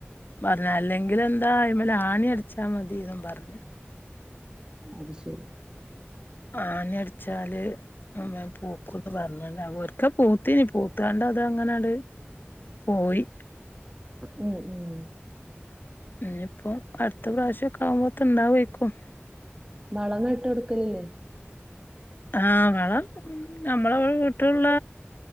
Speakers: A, on the left (about 50°); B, on the right (about 20°).
A: പർഞ്ഞ് അല്ലെങ്കിലന്താ അയ്മേലാണി അടിച്ചാ മതീന്നും പർഞ്ഞ്
B: അത് ശെരി
A: ആണിയടിച്ചാല് മുംമേപൂ പൂക്ക്ന്ന് പറഞ്ഞ്ണ് വെർതേപൂത്തീ, പൂത്താണ്ടാത് അങ്ങനാത് പോയി
B: ഉം ഉം
A: ഇനീപ്പോ അടുത്ത പ്രാശൊക്കെ ആവുമ്പത്തേൻണ്ടാവായ്ക്കും
B: വളവ് ഇട്ട് കൊടുക്കലില്ലേ
A: ആഹ് വള ഉം നമ്മള വീട്ടിള്ള